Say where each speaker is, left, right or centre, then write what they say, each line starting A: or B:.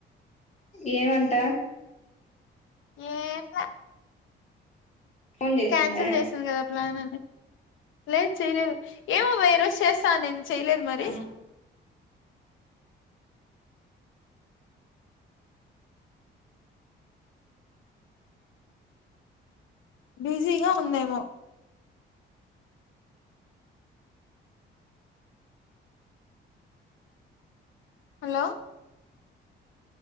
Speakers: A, on the left; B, on the left.
A: ఏమంట
B: ఏం ల
A: ఫోన్ చేసిందా
B: క్యాన్సిల్ చేసింది కదా ప్లాన్ లేదు చేయలేదు ఏమోబా ఈ రోజు చేస్తా అనింది చేయలేదు మరి
A: ఆహా
B: బిజీగా ఉందేమో హలో